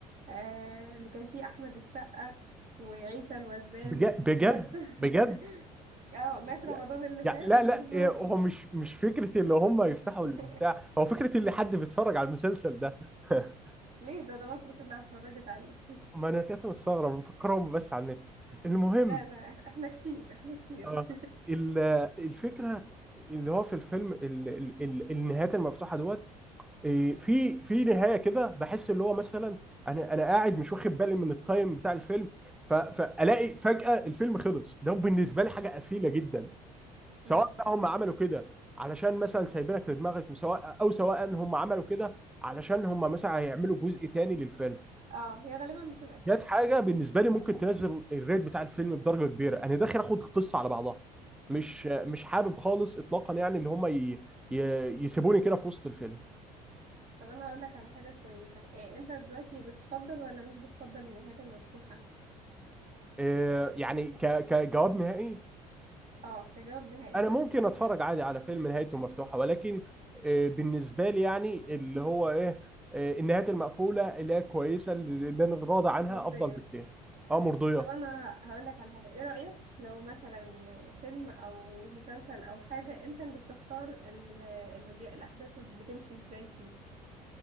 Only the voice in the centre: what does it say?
بجد بجد
بجد
يعني
يعني
لا
لا
إيه،
هو مش مش فكره اللي هم يفتحوا
البتاع هو فكره اللي حد بيتفرج على المسلسل ده <laughs>
ما انا كنت مستغرب مفكرهم بس على النت المهم
اه ال- الفكره اللي هو في الفيلم ال- ال- ال- النهايات المفتوحه دوت إيه، في في نهايه كده بحس اللي هو مثلا انا انا قاعد مش واخد بالي من التايم بتاع الفيلم ف- فالاقي فجاه الفيلم خلص ده بالنسبه لي حاجه قفيله جدا
سواء
بقى هم عملوا كده علشان مثلا سايبينك لدماغك وسواء او سواء هم عملوا كده علشان هم مثلا هيعملوا جزء تاني للفيلم
ديت
حاجه بالنسبه لي ممكن تنزل الريت بتاع الفيلم بدرجه كبيره انا داخل اخد القصه على بعضها مش مش حابب خالص اطلاقا يعني ان هم ي... ي... يسيبوني كده في وسط الفيلم
آه، يعني ك... كجواب نهائي
انا ممكن اتفرج عادي على فيلم نهايته مفتوحه ولكن آه، بالنسبه لي يعني اللي هو ايه آه، النهايات المقفوله اللي هي كويسه اللي اللي انا راضي عنها
افضل بكتير اه مرضيه